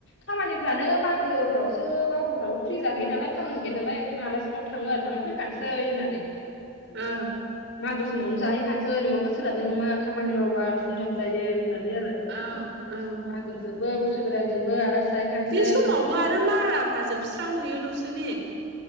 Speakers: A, on the left; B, on the right.
A: खामानिफ्रानो मागोफ्रावसो मागोफ्रावबो फ्रि जाहैयो नालाय। खामानि गैया नालाय ओंखायनो आलासिफ्राबो थांना थांना फैखानोसै होननानै।
B: औ
A: मागो समावनो जाहैखानोसै नङाबा सोलाबनाय नङा खामानि मावबा धुमधाम जायो होननानै आरो।
B: औ औ।
A: मागोजोंबो बोसोर गोदानजोंबो आलासि जाहैखानोसै
B: बे समावबो आरो माराफ्रा जोबस्रांहैयोल'। सो ने?